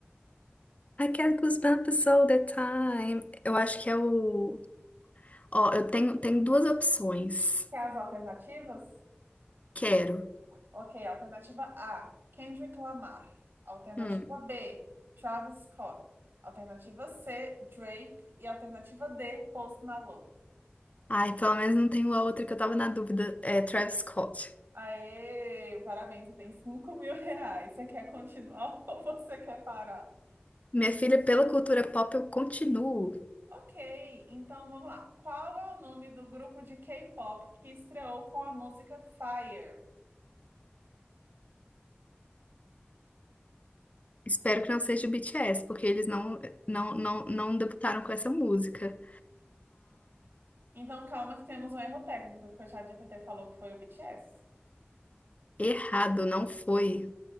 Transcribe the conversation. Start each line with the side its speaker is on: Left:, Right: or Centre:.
Left: I get goosebumps all the time. Eu acho que é o. Ó, eu tenho, tenho duas opções.
Right: Quer as alternativas?
Left: Quero.
Right: Ok, alternativa A, Kendrick Lamar. Alternativa
Left: Hum.
Right: B, Travis Scott. Alternativa C, Drake. E alternativa D, Post Malone.
Left: Ai, pelo menos não tenho a outra que eu tava na dúvida. É Travis Scott.
Right: Aê, parabéns, você tem cinco mil reais. Você quer continuar <laughs> ou você quer parar?
Left: Minha filha, pela cultura pop eu continuo.
Right: Ok, então vamos lá. Qual é o nome do grupo de K-pop que estreou com a música Fire?
Left: Espero que não seja o BTS, porque eles não, não, não, não debutaram com essa música.
Right: Então calma que temos um erro técnico, porque o ChatGPT falou que foi o BTS.
Left: Errado, não foi.